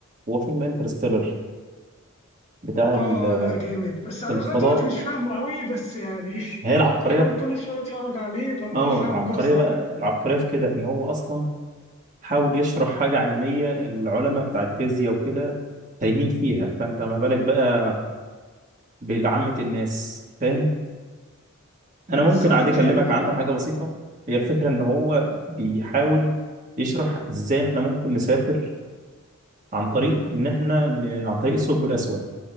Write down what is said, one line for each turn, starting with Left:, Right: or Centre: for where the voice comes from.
Right: هو فيلم انترستيلر بتاع
Left: اه
Right: ال-
Left: لا جامد بس انا
Right: الفضاء
Left: لغايه دلوقتي مش فاهمه قوي بس يعني
Right: هي
Left: <laughs>
Right: العبقريه
Left: حاول كل شويه اتفرج عليه فبفهم
Right: اه العبقريه
Left: جزء
Right: بقى العبقريه في كده ان هو اصلا حاول يشرح حاجه علميه العلماء بتاع الفيزياء وكده تايهين فيها فانت ما بالك بقى بعامه الناس فاهم
Left: بالظبط
Right: انا ممكن عادي اكلمك
Left: يعني
Right: عنه حاجه بسيطه هي الفكره ان هو بيحاول يشرح ازاي احنا ممكن نسافر عن طريق ان احنا ن- عن طريق الثقب الاسود